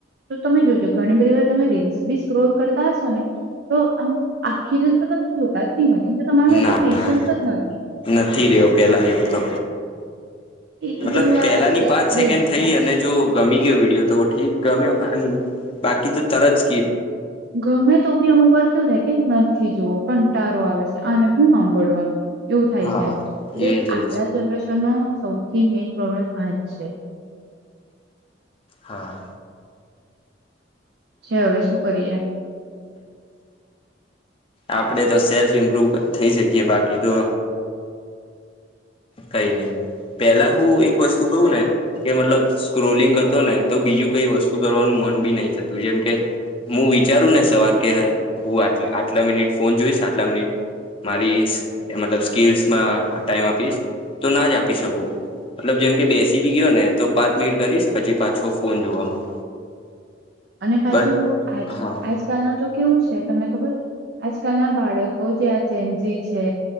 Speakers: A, on the right; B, on the left.
A: તો તમે જોજો ઘણી બધી વાર તમે રીલ્સ બી સ્ક્રોલ કરતા હશો, ને તો આમ આખી રીલ તો તમે જોતા જ નહી હોય કેમ કે તમારામાં એટલું
B: ના
A: પેશન્સ
B: ના
A: જ નથી
B: નથી રહ્યો પેલા જેવો તો
A: એ
B: મતલબ
A: એ બધું
B: પેલા
A: આ
B: ની પાંચ સેકન્ડ
A: રીલ્સમાં
B: થઇ, અને જો ગમી ગયો વિડીિયો તો ઠીક, ગમ્યો બાકી તો તરત ક
A: ગમે તો બી અમુક વાર કેવું થાય કે નથી જોવો પણ તારો આવે છે, આને હું સાંભળવાનું એવું થાય
B: હા
A: છે, એટલે
B: એજ એજ
A: આપડા જનરેશન ન સૌથી મેન પ્રોબ્લેમ આજ છે,
B: હા
A: છે, હવે શું કરીએ?
B: આપડે તો સેલ્ફ ઇમ્પ્રુવ થઈ શકીએ બાકી તો, કઈ નહી, પેલા હું એક વસ્તુ કવું ને, કે મતલબ સ્ક્રોલિંગ કરતો ને તો બીજું કઈ વસ્તુ કરવાનું મન બી નહી થતું જેમ કે હું વિચારું ને સવાર કે હું આટ આટલા મિનિટ ફોન જોઈશ આટલા મિનિટ મારી મતલબ સ્કીલસ ટાઈમ આપીશ, તો ના જ આપી શકું મતલબ જેમ કે બેસી બી ગયો ને તો પાંચ મિનિટ કરીશ પછી, પાછો ફોન જોવામાં
A: અને પાજુ
B: બટ
A: આજ
B: હા
A: આજકાલ ન તો કેવું છે, તમને ખબર આજકાલ ના બાળકો જેજી છે,